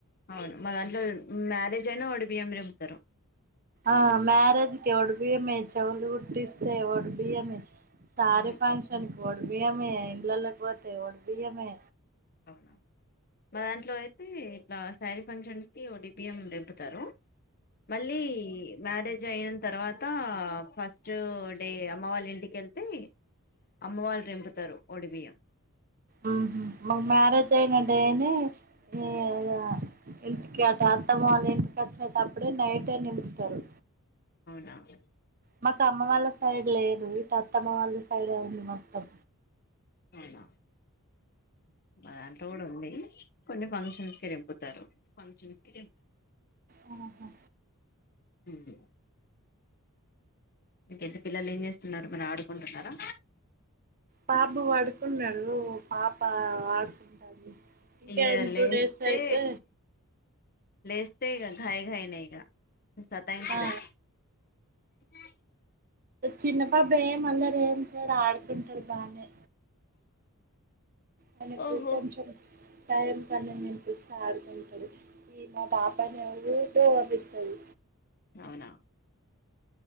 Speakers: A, on the left; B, on the right.
A: అవును మా దాంట్లో మ్యారేజ్ అయినా ఒడి బియ్యం నింపుతారు
B: ఆ మ్యారేజ్ కి ఒడిబియ్యమే చెవులు కొట్టించిన ఓడిబియ్యమే సారీ
A: అవును
B: ఫంక్షన్ ఒడిబియ్యమే ఇండ్లలకు పోతే ఒడిబియ్యమే
A: అవునా మా దాంట్లో అయితే శారీ ఫంక్షన్ కి ఒడి బియ్యం నింపుతారు మళ్ళీ మ్యారేజ్ అయిన తర్వాత ఫస్ట్ నెక్స్ట్ డే అమ్మ వాళ్ళ ఇంటికెళ్తే అమ్మ వాళ్ళు నింపుతారు ఓడి బియ్యం
B: ఉహు మా మ్యారేజ్ అయిన డే ఈగ ఇంటికి అటే అత్తమ్మ వాళ్ళ ఇంటికి వచ్చేటప్పుడే నైటే నింపుతారు
A: అవునా అండి
B: మాకు అమ్మ వాళ్ళ సైడ్ లేదు ఇటు అత్తమ్మ వాళ్ళ సైడే ఉంది మొత్తం
A: అవునా దాంట్లో కూడా ఉంది కొన్ని ఫంక్షన్స్ నింపుతారు ఫంక్షన్ కి
B: ఉ హు
A: హమ్ ఇంకేంటి పిల్లలు ఏం చేస్తున్నారు మరి ఆడుకుంటున్నారా
B: బాబు పొడుకున్నాడు పాప ఆడుకుంటాంది ఇంకా
A: ఇగా లేస్తే
B: టూ డేస్ అయితే
A: లేస్తే ఇగ ఘయి ఘాయి నెగా ఈసారి టైం చుడండి
B: ఆ
A: దై
B: చిన్న బాబు ఏం అల్లరి ఏం చేయడు ఆడుకుంటాడు బానే మనకు
A: ఓహో
B: కొంచెం టైం కనీ వినిపిస్తా ఆడుకుంటాడు ఈ మా పాపనే ఉరికే ఊరికిస్తది
A: అవునా